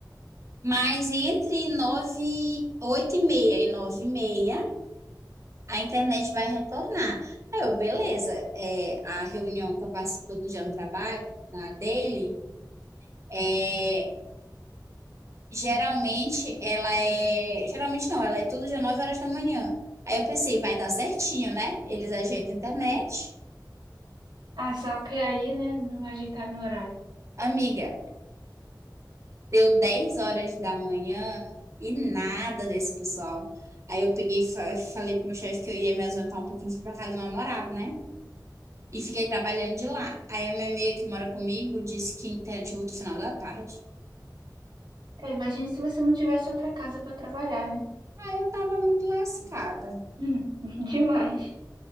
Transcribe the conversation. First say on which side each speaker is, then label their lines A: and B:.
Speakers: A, on the right; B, on the right.
A: mas entre 9 8 e meia e 9 e meia, a internet vai retornar. Aí eu, beleza, é, a reunião que eu participei do dia no trabalho, na dele. é, Geralmente ela é. Geralmente não, ela é todo dia 9 horas da manhã. Aí eu pensei, vai dar certinho, né? Eles ajeitam a internet.
B: Ah, só que aí, né, não ajeitaram no horário.
A: Amiga, deu dez horas da manhã e nada desse pessoal. Aí eu peguei e fa- falei pro meu chefe que eu ia me ausentar um pouquinho fui pra casa do meu namorado, né? E fiquei trabalhando de lá. Aí a minha amiga que mora comigo disse que a internet volta no final da tarde.
B: É, imagine se você não tivesse outra casa para trabalhar, né?
A: Aí eu tava muito lascada.
B: Hum, <laughs> Demais.